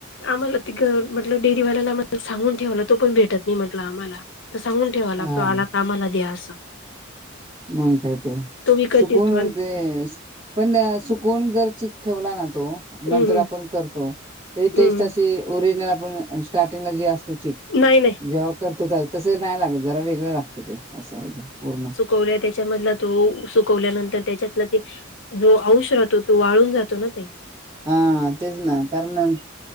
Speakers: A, on the left (about 65°); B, on the right (about 25°).
A: आम्हाला तिकडं म्हटलं डेरीवाल्याला मला सांगून ठेवला तो पण भेटत नाही म्हटलं आम्हाला तर सांगून ठेवा ते
B: हा
A: लागतो आला आम्हाला द्या असं.
B: मग कायतर
A: तो विकत
B: सुकून
A: देतो
B: होते.
A: आणि
B: पण सुकून जर चीक ठेवला ना तो नंतर
A: हम्म हम्म
B: आपण करतो. तेजी
A: हम्म
B: टेस्ट अशी ओरिजिनल आपण स्टार्टिंगला जी असतो चीक
A: नाही नाही.
B: जेव्हा कर तता तसं नाही लागत जरा वेगळं लागतं ते असं आहे ते पूर्ण
A: कोवल्या त्यांच्यामधला तो सुकु वल्यानंतर त्याच्यातला ते जो आउश राहतो तो वाळून जातो ना ते.
B: हा तेच ना कारण